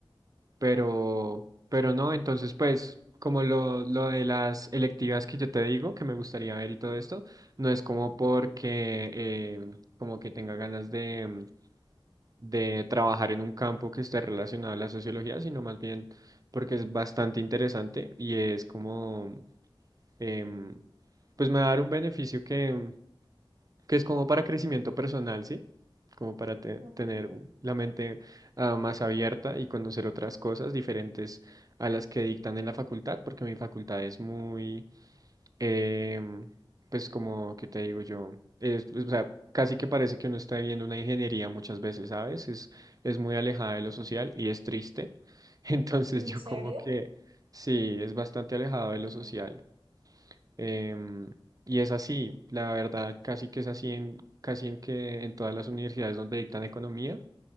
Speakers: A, on the right; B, on the right.
A: pero, pero no, entonces pues como lo, lo de las electivas que yo te digo, que me gustaría ver y todo esto, no es como porque em, como que tenga ganas de de trabajar en un campo que esté relacionado a la sociología, sino más bien porque es bastante interesante y es como, em, pues me va a dar un beneficio que, que es como para crecimiento personal, ¿sí? Como para te-
B: ok.
A: tener un- la mente ah, más abierta y conocer otras cosas diferentes a las que dictan en la facultad, porque mi facultad es muy em, pues como que te digo yo, es, pues, o sea, casi que parece que uno está viviendo una ingeniería muchas veces, ¿sabes? Es, es muy alejada de lo social y es triste. <laughs> Entonces
B: ¿En
A: yo
B: serio?
A: como que sí, es bastante alejado
B: Ok.
A: de lo social. Em, y es así, la verdad, casi que es así en, casi en que en todas las universidades donde dictan economía,